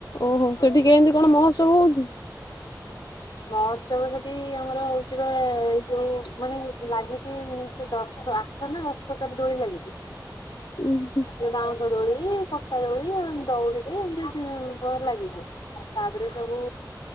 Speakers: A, on the left; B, on the left.
A: ଓହୋ
B: ହଉଛି
A: ସେଠି କେମିତି ଏମିତି କଣ ମହୋତ୍ସବ ହଉଛି?
B: ମହୋତ୍ସବ ସେଠି ଆମର ହଉଛି ବା ଏ ଯୋଉ ମାନେ ଲାଗିଛି ସେ ଦଶ ଦଶ ପ୍ରକାର ଦୋଳି ଲାଗିଥିଲା
A: ଉଁ ହୁଁ
B: ସେ ବାଉଁଶ ଦୋଳି, ପଟା ଦୋଳି, ଦଉଡ଼ିରେ ଏମତି ବହେ ଲାଗିଛି ‌। ତାପରେ ସବୁ